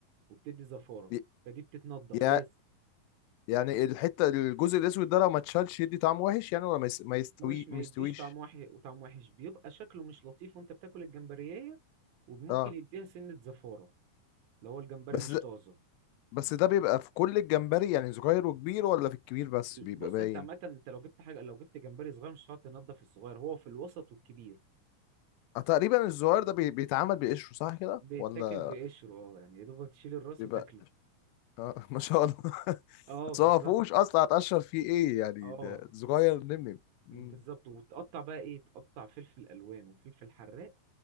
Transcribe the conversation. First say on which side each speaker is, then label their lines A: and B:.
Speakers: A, on the right (about 80°); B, on the left (about 80°).
A: وبتدي زفارة
B: ي-
A: فدي بتتنضف
B: يا
A: لازم
B: يعني الحته الجزء الاسود ده لو ما اتشالش يدي طعم وحش يعني ولا ما يس- ما يستوي
A: مش ما
B: ما
A: يديش
B: يستويش
A: طعم وحش وطعم وحش بيبقى شكله مش لطيف وانت بتاكل الجمبرية وممكن
B: اه
A: يديها سنة زفارة لو هو الجمبري
B: بس
A: مش
B: ده
A: طازة
B: بس ده بيبقى في كل الجمبري يعني صغير وكبير ولا في الكبير بس
A: ال-
B: بيبقى
A: بص
B: باين
A: انت عامة انت لو جبت حاجة لو جبت جمبري صغير مش هتقعد تنضف الصغير هو في الوسط والكبير
B: آه تقريبا الصغير ده بي- بيتعمل بقشره صح كده
A: بيتاكل
B: ولا
A: بقشره اه يعني يا دوب تشيل الراس
B: بيبقى
A: وتاكله
B: اه <laughs> ما شاء الله <laughs>
A: اه
B: بس
A: بالظبط
B: هو ما فيهوش اصلا هتقشر فيه ايه يعني
A: اه
B: ده صغير نمنم مم.
A: بالظبط وتقطع بقى ايه تقطع فلفل الوان وفلفل حراق